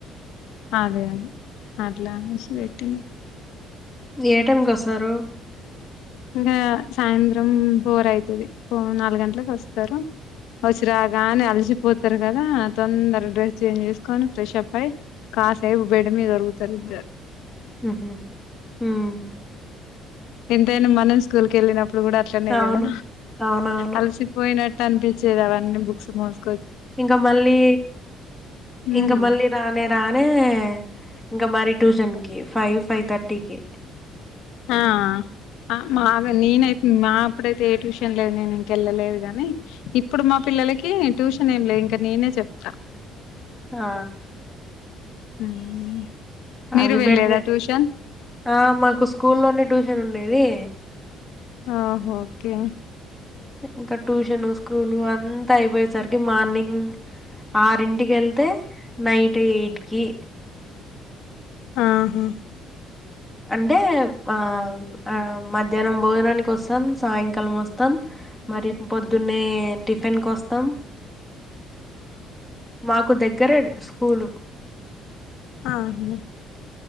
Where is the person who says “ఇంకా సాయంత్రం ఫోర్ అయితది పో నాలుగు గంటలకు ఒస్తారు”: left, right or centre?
Left